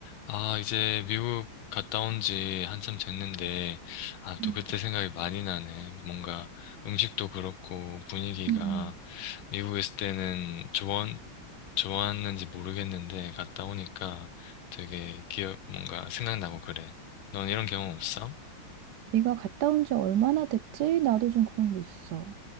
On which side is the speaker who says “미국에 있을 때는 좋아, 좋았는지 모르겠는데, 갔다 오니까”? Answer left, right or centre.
Left